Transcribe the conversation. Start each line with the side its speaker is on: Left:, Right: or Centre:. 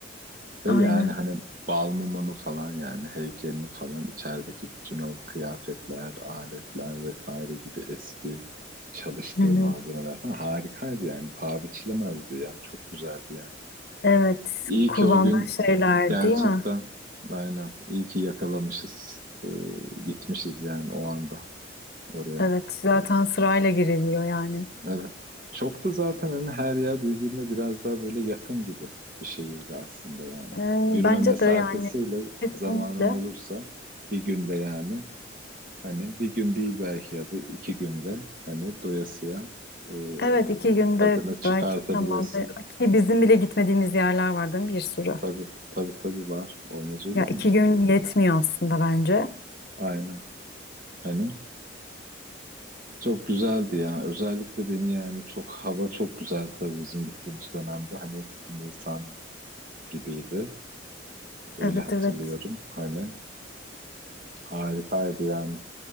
Right: Ve
Left: Aynen.
Right: yani hani bal Balmumun'u falan yani heykelini falan içerideki bütün o kıyafetler, aletler vesaire gibi eski çalıştığı
Left: Hı hı.
Right: malzemeler falan harikaydı yani. Paha biçilemezdi yani. Çok güzeldi yani.
Left: Evet,
Right: İyi
Left: kullandığı
Right: ki o gün
Left: şeyler
Right: gerçekten
Left: değil mi?
Right: aynen iyi ki yakalamışız, e, gitmişiz yani o anda oraya.
Left: Evet, zaten sırayla giriliyor yani.
Right: Evet. Çok da zaten hani her yer birbirine biraz daha böyle yakın gibi bir şehirdi aslında yani.
Left: Ee,
Right: Yürüme
Left: bence
Right: mesafesiyle
Left: de yani kesinlikle.
Right: zamanın olursa bir günde yani hani bir gün değil belki ya da iki günde hani doyasıya e,
Left: Evet, iki günde
Right: tadını çıkartabilirsin.
Left: belki tamam. Ki bizim bile gitmediğimiz yerler var değil mi? Bir sürü.
Right: Tabii tabii tabii var. Olmaz olur
Left: Ya iki
Right: mu?
Left: gün yetmiyor aslında bence.
Right: Aynen. Hani çok güzeldi ya. Özellikle beni yani çok hava çok güzeldi tabii bizim gittiğimiz dönemde. Hani Nisan gibiydi. Öyle
Left: Evet
Right: hatırlıyorum.
Left: evet
Right: Hani harikaydı yani.